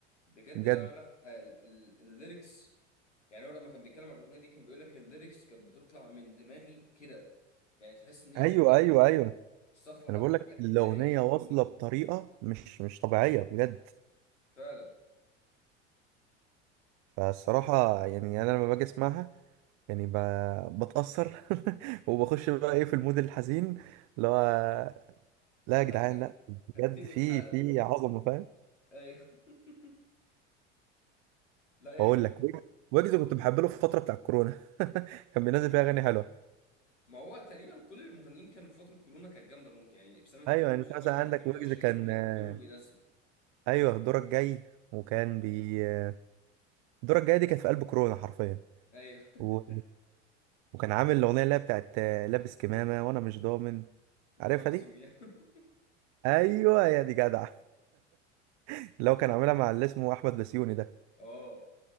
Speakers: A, on the left; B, on the right.
A: بجد
B: بجد
A: لا لا لا آه، ال- ال- الليركس يعني هو لما كان بيتكلم عن الاغنيه دي كان بيقول لك الليركس كانت بتطلع من دماغي كده يعني تحس ان هي
B: ايوه
A: حاجات
B: ايوه ايوه
A: استغفر الله
B: أنا بقول
A: حاجات
B: لك الأغنية
A: الهيه فاهمني
B: واصلة بطريقة مش مش طبيعية بجد
A: فعلا
B: فالصراحة يعني أنا لما باجي أسمعها يعني ب... بتأثر <laughs> وبخش بقى إيه في المود الحزين اللي هو لا
A: <laughs>
B: يا
A: انا
B: جدعان
A: هك-
B: لا بجد
A: هكتئب
B: في
A: حالا
B: في عظمة فاهم
A: ايوه <laughs> لا هي
B: بقول
A: بجد
B: لك ويجز ويجز كنت بحب له في الفترة بتاع الكورونا <laughs> كان بينزل فيها أغاني حلوة
A: ما هو تقريبا كل المغنيين كانوا في فتره كورونا كانت جامده موت يعني في سنه
B: أيوه
A: 2019
B: يعني أنت مثلا عندك
A: 2020
B: ويجز كان
A: كان
B: آه،
A: كله بينزل
B: أيوه دورك جاي وكان بي آه، دورك جاي دي كانت في قلب كورونا حرفيا
A: ايوه <laughs>
B: و... وكان عامل الاغنيه اللي هي بتاعت آه، لابس كمامه وانا مش ضامن
A: جرس
B: عارفها دي
A: يمين <laughs>
B: ايوه يا دي جدع <laughs> اللي هو كان عاملها مع اللي اسمه احمد بسيوني ده
A: اه